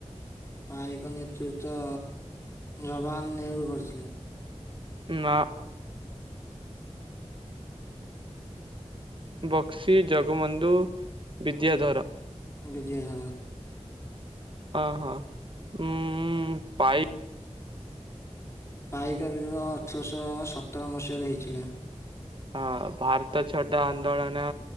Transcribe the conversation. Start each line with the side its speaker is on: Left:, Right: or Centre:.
Left: ପାଇକ ନେତୃତ୍ଵ ଜବାହାର୍ ନେହେରୁ କରିଥିଲେ।
Right: ନା। ବକ୍ସି ଜଗବନ୍ଧୁ ବିଦ୍ୟାଧର।
Left: ବିଦ୍ୟାଧର।
Right: ଅ ହ ଉଁ-ଉଁ-ଉଁ ପାଇ
Left: ପାଇକ ବି <unintelligible> ଅଠରଶ ସତର ମସିହାରେ ହେଇଥିଲା।
Right: ହଁ ଭାରତ ଛାଡ ଆନ୍ଦୋଳନ